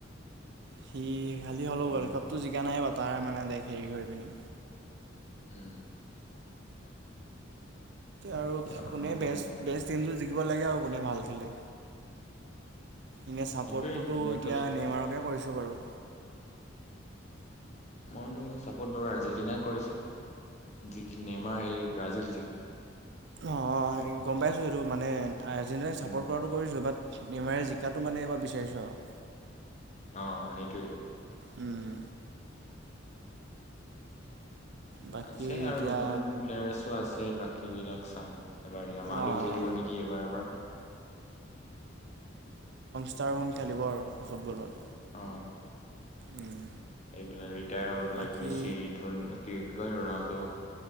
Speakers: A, on the right; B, on the left.
A: সি খালি হলেও
B: তোমাৰ
A: ৱলড কাপটো জিকা নাই বা তাৰ মানে তাইক হেৰি কৰি পিনি
B: উ
A: আৰু
B: তেওঁ
A: কোনে
B: আমাৰতো
A: বেচ
B: নেইমাৰ
A: বেচ টিমটো জিকিব লাগে আৰু কোনে ভাল খেলে? এনে চাপৰ্টটোতো
B: এইটোৱে এবাৰতো
A: এতিয়া নেমাৰকে কৰি তু বাৰু।
B: মইতো চাপত বাৰু আৰ্জেন্টিনাই কৰিছো। যি কি নেমাৰেই ব্ৰাজিল জিকি
A: অ, অ গম পাইছো এইটো মানে আৰ্জেণ্টিনাক চাপৰ্ট
B: উম
A: কৰাটো কৰিছো বাত নিমাৰে জিকাটো মানে এইবাৰ বিচাৰিছো আৰু।
B: অ সেইটোৱে।
A: উম। বাকী
B: আছে আৰু
A: এতিয়া
B: নতুন নতুন প্লেয়াৰছো আছে। তে বাকী বিলাক চাও। এইবাৰ ৰিমালো
A: অঁ
B: খেলিব নেকি এইবাৰৰ পৰা।
A: ষ্টাৰ গুণ খেলিব আৰু ফুটবলত।
B: অ
A: উম,
B: এইবিলাক ৰিটায়াৰ হব বিলাক
A: বাকী
B: মেচি, ধোন কি গৈ ৰোনাল্ডো